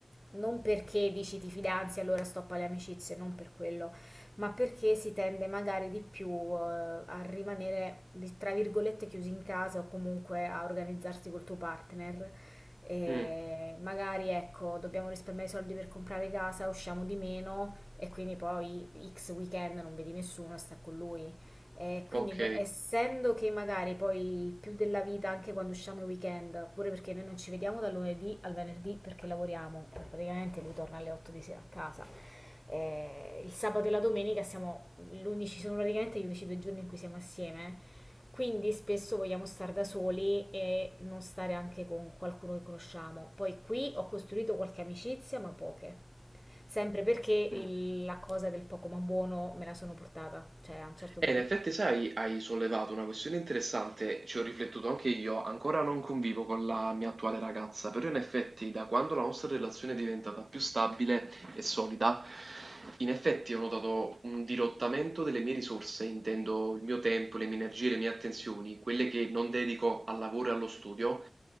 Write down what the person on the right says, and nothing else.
Mm,
ok.
Mm.
Eh,
in effetti, sai, hai sollevato una questione interessante, ci ho riflettuto anche io, ancora non convivo con la mia attuale ragazza, però in effetti da quando la nostra relazione è diventata più stabile e solida, in effetti ho notato un dirottamento delle mie risorse, intendo il mio tempo, le mie energie, le mie attenzioni, quelle che non dedico al lavoro e allo studio,